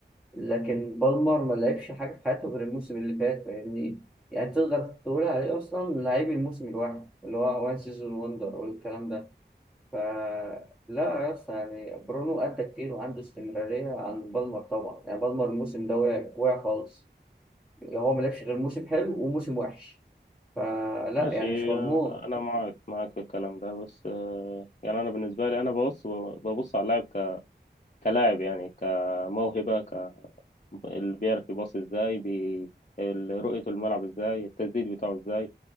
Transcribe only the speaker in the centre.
لكن بالمر ما لعبش حاجة في حياته غير الموسم اللي فات فاهمني يعني تقدر تقول عليه أصلا لعيب الموسم الواحد اللي هو وان سيزون وندر والكلام ده ف لا يا اسطى يعني برونو أدى كتير وعنده استمرارية عن بالمر طبعا يعني بالمر الموسم ده واقع واقع خالص يعني هو ما لعبش غير موسم حلو وموسم وحش فلا
يعني مش مضمون